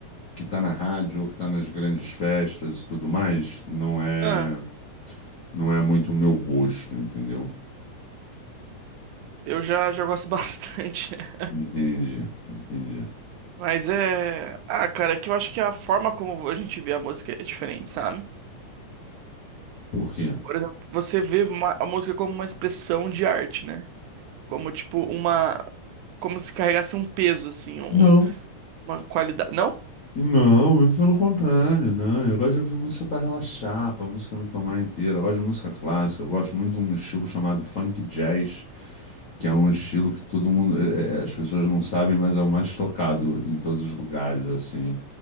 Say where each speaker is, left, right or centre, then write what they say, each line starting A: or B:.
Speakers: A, on the left; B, on the right.
A: que tá na rádio ou que tá nas grandes festas e tudo mais. Não é,
B: ah,
A: não é muito o meu gosto, entendeu?
B: eu já, já gosto bastante. <laughs>
A: Entendi, entendi.
B: Mas é. Ah, cara, é que eu acho que a forma como a gente vê a música é diferente, sabe?
A: Por quê?
B: Por exemplo, você vê uma- a música como uma expressão de arte, né? Como, tipo, uma. Como se carregasse um peso, assim, um-
A: Não.
B: uma qualidade. Não?
A: Não, muito pelo contrário, não. Eu gosto de ouvir música para relaxar, para música me tomar inteira. Eu gosto de música clássica, eu gosto muito de um estilo chamado funk jazz que é um estilo que todo mundo, é, é, as pessoas não sabem, mas é o mais tocado em todos os lugares, assim.